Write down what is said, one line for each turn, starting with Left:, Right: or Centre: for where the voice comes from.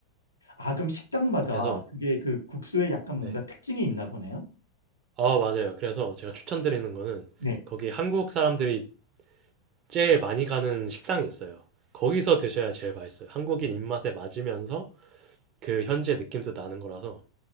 Left: 아, 그럼 식당마다
Right: 그래서
Left: 그게 그 국수에 약간 뭔가
Right: 네.
Left: 특징이 있나 보네요?
Right: 아, 맞아요. 그래서 제가 추천드리는 거는
Left: 네,
Right: 거기 한국 사람들이 제일 많이 가는 식당이 있어요. 거기서 드셔야 제일 맛있어요. 한국인 입맛에 맞으면서 그 현지의 느낌도 나는 거라서